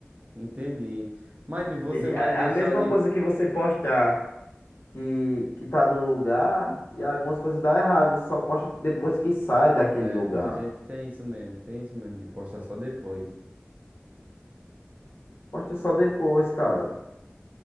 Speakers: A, on the right; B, on the left.
A: Entendi. Mas tipo, você
B: Entendi.
A: vai
B: É é
A: deixar
B: a mesma
A: de.
B: coisa que você postar que, que tá num lugar e algumas coisas dá errado. Você só posta depois que sai daquele
A: É,
B: lugar.
A: muita gente tem isso mesmo, tem isso mesmo, de postar só depois.
B: Posta só depois, cara.